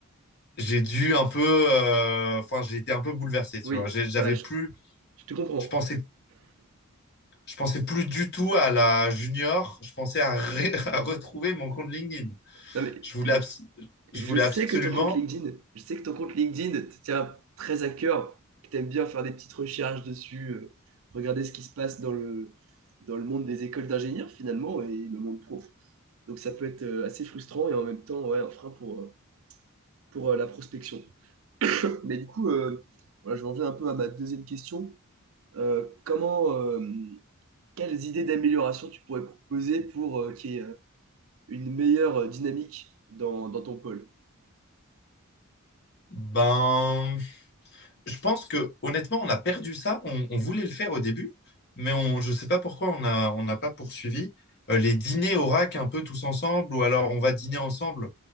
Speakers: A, on the left (about 50°); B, on the right (about 65°).
A: j'ai dû un peu, euh, enfin, j'ai été un peu bouleversé, tu
B: Oui,
A: vois. J'ai- J'avais
B: bah je,
A: plus,
B: je te comprends.
A: je pensais, je pensais plus du tout à la junior. Je pensais à, ré- <laughs> à retrouver mon compte LinkedIn.
B: Non, mais
A: Je voulais,
B: je,
A: abs- je
B: je
A: voulais
B: sais
A: absolument
B: que ton compte LinkedIn, je sais que ton compte LinkedIn te tient très à cœur, que tu aimes bien faire des petites recherches dessus, euh, regarder ce qui se passe dans le, dans le monde des écoles d'ingénieurs finalement et le monde pro. Donc ça peut être euh, assez frustrant et en même temps ouais, un frein pour, euh, pour euh, la prospection. Mais du coup, euh, voilà, je reviens un peu à ma deuxième question. euh, comment, euh, quelles idées d'amélioration tu pourrais proposer pour euh, qu'il y ait euh, une meilleure euh, dynamique dans, dans ton pôle?
A: Ben, je pense que honnêtement, on a perdu ça. On, on voulait le faire au début, mais on, je sais pas pourquoi on a, on n'a pas poursuivi. Euh, les dîners au rack un peu tous ensemble, ou alors on va dîner ensemble,